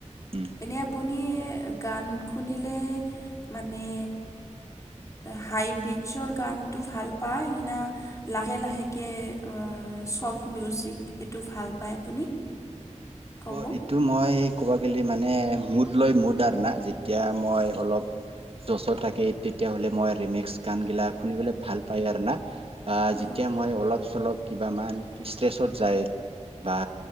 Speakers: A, on the right; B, on the left.
A: উম
B: এনে আপুনি। গান শুনিলে মানে। হাই বিটছৰ গানটো ভাল পায় না লাহে লাহেকৈ ছফট মিউজিক এইটো ভাল পায় আপুনি ক'ব
A: অঁ এইটো মই ক'ব গ'লে মানে মুদ লৈ মুদ আৰু না যেতিয়া মই অলপ। যচত থাকে তেতিয়াহ'লে মই ৰিমেক্স গান গিলা শুনিবলৈ ভাল পায় আৰু না যেতিয়া
B: অঁ
A: মই অলপ চলপ। কিবামান ষ্ট্ৰেছত যায় বা